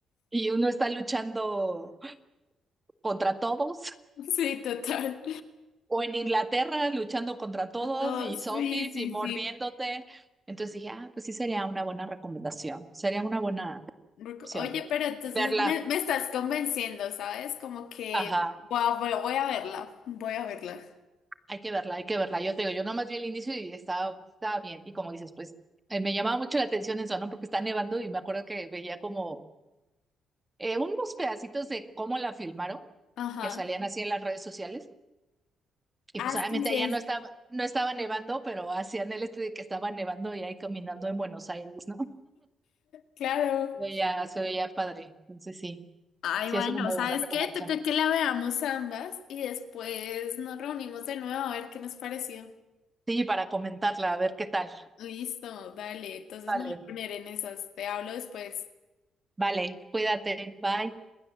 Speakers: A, on the right; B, on the left.
A: y uno está luchando contra todos.
B: sí, total.
A: O en Inglaterra luchando contra todos
B: Todos,
A: y zombies
B: sí, sí,
A: y mordiéndote.
B: sí.
A: Entonces dije, ah, pues sí sería una buena recomendación, sería una buena
B: Rec-
A: opción
B: Oye, pero entonces
A: verla.
B: me, me estás convenciendo, ¿sabes? Como que
A: Ajá,
B: voy a, voy a verla, voy a verla.
A: hay que verla, hay que verla. Yo te digo, yo nomás vi el inicio y estaba, estaba bien. Y como dices, pues eh, me llamaba mucho la atención eso, ¿no? Porque está nevando y me acuerdo que veía como eh, unos pedacitos de cómo la filmaron,
B: Ajá.
A: que salían así en las redes sociales. Y
B: Ah,
A: pues obviamente
B: sí, sí,
A: allá
B: he visto
A: no estaba, no estaba nevando, pero hacían el este de que estaba nevando y ahí caminando en Buenos Aires, ¿no?
B: Claro.
A: Se veía, se veía padre. Entonces sí,
B: Ay,
A: sí
B: bueno,
A: es una muy
B: ¿sabes
A: buena recomendación.
B: qué? Toca que la veamos ambas y después nos reunimos de nuevo a ver qué nos pareció.
A: Sí, para comentarla, a ver qué tal.
B: Listo, dale. Entonces
A: Vale,
B: me voy a poner en esas. Te hablo después.
A: vale, cuídate, bye.